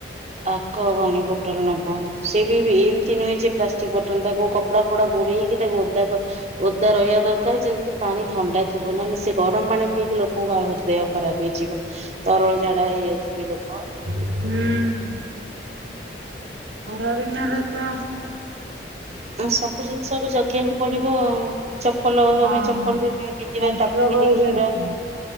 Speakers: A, on the right; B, on the right.
A: ଆଗ ପାଣୀ ବୋଟଲ ନବ। ସେ ବି ଏମିତି ନୁହେଁ ଯେ ପ୍ଲାଷ୍ଟିକ ବୋଟଲ ତାକୁ କ୍ କପଡ଼ା ଫପଡ଼ା ଗୁଡେଇ କି ତାକୁ ଓଦା କ୍ ଓଦା ରହିବା ଦରକାର ଯେମିତିକି ପାଣି ଥଣ୍ଡା ଥିବ ନହେଲେ ସେ ଗରମ ପାଣି ପିଇକି ଲୋକଙ୍କ ଆହୁରି ଦେହ ଖରାପ ହେଇଯିବ। ତରଳ ଝାଡା ହେଇଯାଉଛନ୍ତି ଲୋକ।
B: ହୁଁ। ଖରା ଦିନରେ ତ
A: ଆ ସବୁ ଜିନିଷକୁ ଜଗିବାକୁ ପଡିବ ଆଉ। ଚପଲ
B: ହଁ
A: ଆମେ ଚପଲ ବି ପିନ୍ଧିବା
B: ସଂଷ୍ଟ୍ରୋକ
A: ତାକୁ ବି
B: ହେଇଯାଉଛି।
A: ଦେଖିବା।